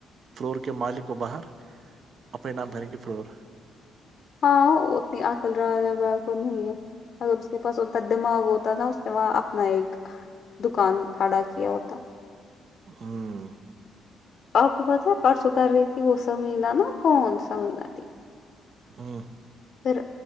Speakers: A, on the right (about 55°); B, on the left (about 50°).
A: فلور کے مالک کو باہر اپنے نام کہیں گ کہ فلور
B: ہاں اتنی اکل رہا کو نہیں ہے اگر اس کے پاس اوتر دماغ ہوتا ہے نا اس نے وہاں اپنا ایک دکان کھڑا کیا ہوتا
A: ہوں
B: آپ کو پتا ہے پرسوں کر رہی تھی وہ سمینہ نا فون سمینہ تھی
A: ہاں
B: پھر